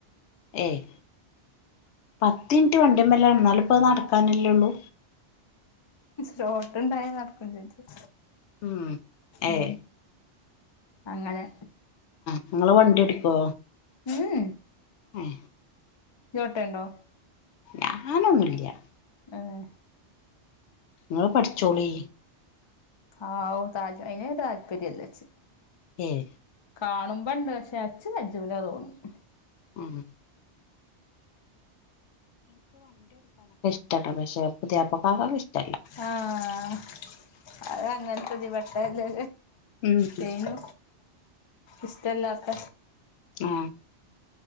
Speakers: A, on the left; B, on the left.
A: ഏയ് പത്തിന്റ വണ്ടിമ്മല്ലാണ് എന്നാല്പ്പ നടക്കാനല്ലേള്ളൂ
B: റോട്ടുണ്ടായ നടക്ക ചോദിച്ച
A: ഉം ഏയ്
B: ഉ അങ്ങനെ
A: നിങ്ങള് വണ്ടി എടുക്കോ
B: ഉം
A: ആഹ
B: ചോട്ടണ്ടോ
A: ഞാനൊന്നുംല്ല്യ
B: ആഹ
A: നിങ്ങള് പഠിച്ചോളിൻ
B: ആഹ് ഓ തജ അന താല്പര്യല്ലച്ച
A: ഏയ്
B: കാണുമ്പോണ്ട് പക്ഷെ അച്ച് അജജമല തോന്നും
A: ആഹ <unintelligible> ഇഷ്ടംണ്ട് പക്ഷേ പുതിയപ്പ ആകാൻ ഇസ്ടംല്ല
B: ആഹ അത് അങ്ങനത്തതി പട്ടല്ല
A: ഉം
B: ചെയ്നു ഇഷ്ടമല്ലാത്ത
A: ആഹ